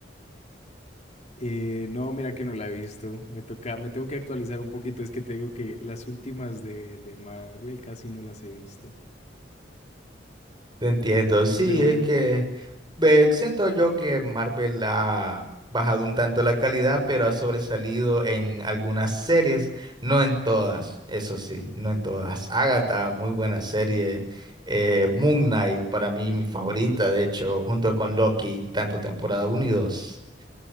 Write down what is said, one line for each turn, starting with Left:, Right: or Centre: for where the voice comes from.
Left: Eh, no, mira que no la he visto. Me toca, me tengo que actualizar un poquito. Es que te digo que las últimas de, de Marvel casi no las he visto.
Right: Te entiendo, sí,
Left: Pero
Right: es
Left: bueno,
Right: que ve, siento yo que Marvel ha bajado un tanto la calidad, pero ha sobresalido en algunas series, no en todas, eso sí, no en todas. Agatha, muy buena serie. eh, Moon Knight, para mí mi favorita, de hecho, junto con Loki, tanto temporada uno y 2.